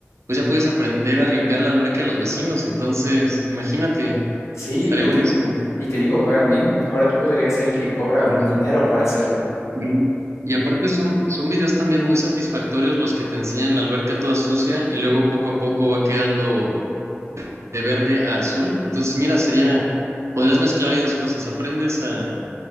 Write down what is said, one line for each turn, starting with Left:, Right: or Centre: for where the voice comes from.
Right: pues ya puedes aprender a limpiar la alberca de los vecinos, entonces, imagínate,
Left: Sí,
Right: estaría
Left: y
Right: buenísimo.
Left: te, y te digo, pagan bien. Ahora tú podrías ser el que cobra
Right: Sí.
Left: buen dinero para hacerlo.
Right: Mm. Y aparte son, son videos también muy satisfactorios los que te enseñan la alberca toda sucia y luego poco a poco va quedando de verde a azul. Entonces, mira, sería, podrías mezclar ahí dos cosas. Aprendes a,